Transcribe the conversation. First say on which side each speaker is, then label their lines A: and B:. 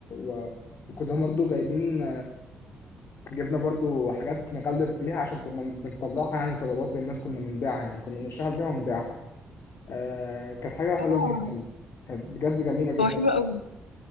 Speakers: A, on the left; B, on the left.
A: و... وكنا برضو جايبين جبنا برضو حاجات نغلف بيها عشان كنا بنطلعها يعني طلبات للناس كنا بنبيعها يعني كنا بنشتغل بيها ونبيعها آه كانت حاجة حلوة
B: اه
A: جدا كانت بجد جميلة جدا
B: هو حلو قوي